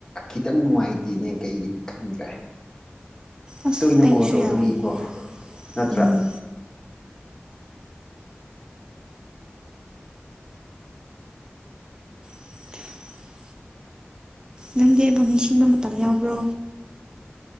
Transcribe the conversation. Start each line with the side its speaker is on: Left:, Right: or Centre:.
Left: ꯈꯤꯇꯪ ꯅꯨꯡꯉꯥꯏꯇꯦꯅꯦ ꯀꯩꯒꯤꯅꯣ ꯈꯪꯗ꯭ꯔꯦ
Right: ꯑꯁ
Left: ꯇꯣꯏꯅ
Right: ꯑꯩꯒꯤꯁꯨ
Left: ꯀꯣꯜ ꯇꯧꯗꯕꯒꯤꯀꯣ
Right: ꯌꯥꯗꯝ
Left: ꯅꯠꯇ꯭ꯔꯥ
Right: ꯎꯝ <inaudible> ꯅꯪꯗꯤ ꯑꯩꯕꯨ ꯅꯤꯡꯁꯤꯡꯕ ꯃꯇꯝ ꯌꯥꯎꯕ꯭ꯔꯣ